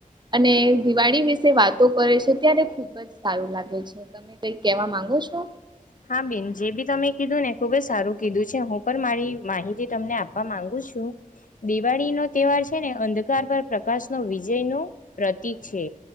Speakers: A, on the right; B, on the left.
A: અને દિવાળી વિશે વાતો કરે છે ત્યારે ખુબ જ સારું લાગે છે તમે કઈક કેવા માંગો છો
B: હા બેન જે બી તમે કીધું ને ખુબ જ સારું કીધું છે હું પણ મારી માહિતી તમને આપવા માંગુ છું? દિવાળી નો તહેવાર છે ને અંધકાર પર પ્રકાશ ન વિજય નું પ્રતીિક છે.